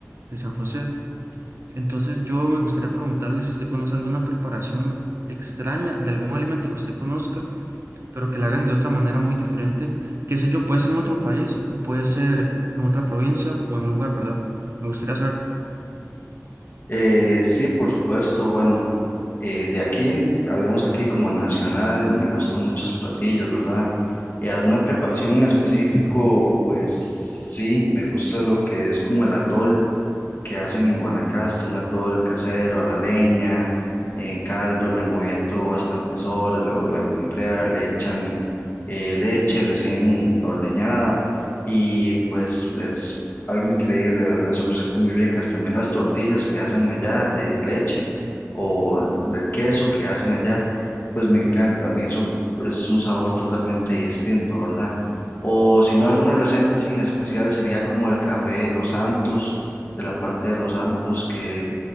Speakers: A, on the right (about 50°); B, on the left (about 40°).
A: de San José. Entonces, yo me gustaría preguntarle si usted conoce alguna preparación extraña de algún alimento que usted conozca, pero que la hagan de otra manera muy diferente. Qué sé yo, puede ser en otro país o puede ser en otra provincia o en un lugar, ¿verdad? Me gustaría saber.
B: Eh, sí, por supuesto. Bueno, eh, de aquí, hablemos aquí como nacional, me gustan muchos platillos, ¿verdad? Eh, ¿alguna preparación en específico? Pues sí, me gusta lo que es como el atol que hacen en Guanacaste, un atol casero a la leña, en caldo, removiendo bastantes horas, luego lo dejan enfriar, le echan eh, leche recién ordeñada y pues es algo increíble, ¿verdad? Son recetas muy ricas. También las tortillas que hacen allá de leche o el queso que hacen allá, pues me encanta, a mí eso es un sabor totalmente distinto, ¿verdad? O si no, alguna receta sin especial sería como el café de los Santos de la parte de Los Santos, que